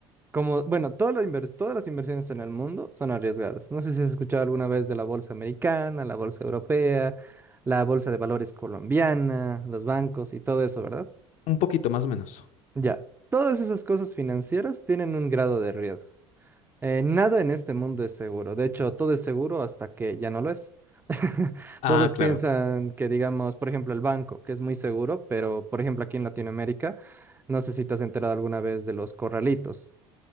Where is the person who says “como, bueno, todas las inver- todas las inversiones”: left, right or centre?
Right